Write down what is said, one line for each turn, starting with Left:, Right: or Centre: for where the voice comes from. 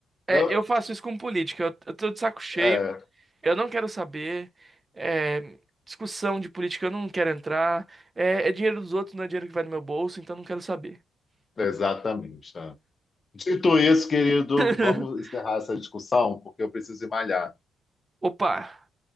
Right: É,
Left: Não?
Right: eu faço isso com política. Eu, eu tô de saco cheio.
Left: É,
Right: Eu não quero saber. é, discussão de política, eu não quero entrar. É, é dinheiro dos outros, não é dinheiro que vai no meu bolso, então não quero saber.
Left: exatamente. né? Dito isso, querido,
Right: <laughs>
Left: vamos encerrar essa discussão, porque eu preciso ir malhar.
Right: Opa.